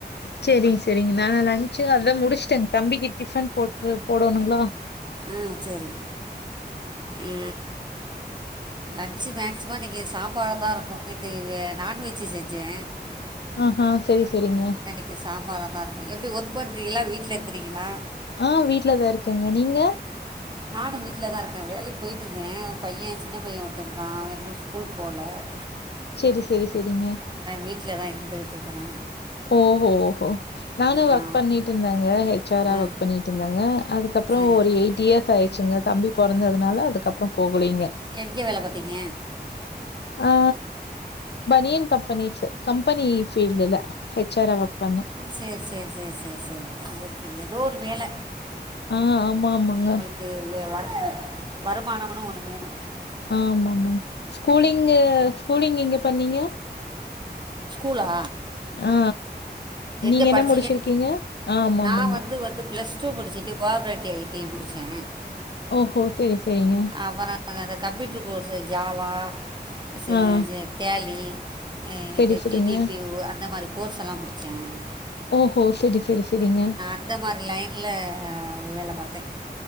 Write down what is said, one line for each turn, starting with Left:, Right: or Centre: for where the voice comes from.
Left: செரிங்க செரிங்க நா லஞ்ச்சு அதா முடிச்சுட்டேங் தம்பிக்கு டிஃபன் போட்டு போடனுங்ளா
Right: ஆ செரி ஆஆ
Left: <inaudible>
Right: லன்சு மேக்சிமோ இன்னிக்கி சாம்பார தா இருக்கு நேத்து நான்வெஜ்ஜு செஞ்சே
Left: ஆஹா செரி செரிங்க.
Right: கி சாம்பாறா தா இருக்கும் எப்டி ஒர்க் பண்றீகளா வீட்டுல இருக்கிறீகளா
Left: ஆ வீட்லதா இருக்கங்க நீங்க
Right: நானு வீட்டுல தா இருக்கே வேலைக்கி போயிட்டுருந்தே ஒரு பைய சின்ன பைய ஒருத்தருக்கா அவரிக்னால கூட்டு போலஅதனால
Left: செரி செரி செரிங்க
Right: வீட்டுல தா இருந்துக்கிட்ருக்கறே
Left: ஓஹோ ஓஹோ நானு ஒர்க்
Right: ஆ
Left: பண்ணிட்டு இருந்தேங்க ஹெச்ஆரா
Right: ஆ
Left: ஒர்க் பண்ணிட்டு இருந்தேங்க. அதுக்கப்புறோ
Right: சரி
Left: ஒரு எய்ட் இயர்ஸ் ஆயிச்சுங்க தம்பி பொறந்ததுனால அதுக்கப்புறோ போகலிங்க
Right: எங்கே வேல பாத்திங்க
Left: ஆ பனியன் கம்பெனிஸு கம்பெனி ஃபீல்டுல எச் ஆர்ஆ ஒர்க் பண்ணே
Right: சேர் சேர் சேர் சேர் சேர் ஓகே ஏதோ ஒரு வேல
Left: ஆ ஆமா ஆமாங்க
Right: சேரி வே ஒர்க் வருமானமுனு ஒன்னு வேணு
Left: ஆம ஆமா ஸ்கூலிங்கு ஸ்கூலிங் எங்க பண்ணீங்க
Right: ஸ்கூலா
Left: ஆ
Right: எங்க
Left: நீங்க
Right: படிச்சிங்க
Left: என்ன முடிச்சிருக்கீங்க ஆமா
Right: நா
Left: ஆமா ஆமா
Right: வந்து வந்து பிளஸ் சு பிடிச்சிட்டு கோஆப்ரேட்டிவ் அய்டி முடிச்சே
Left: ஓஹோ செரி செரிங்க
Right: அப்புறோ அந்த கம்ப்யூட்ரு கோஸு ஜாவா சேர்
Left: ஆ
Right: சே டேலி
Left: சரி,
Right: இந்த
Left: சரிங்க.
Right: டிடிபி அந்த மாரி கோர்ஸ்செல்லா முடுச் <unintelligible>
Left: ஓஹோ செரி செரி செரிங்க
Right: அந்த மார் லைன்ல்ல வேல பாத்தே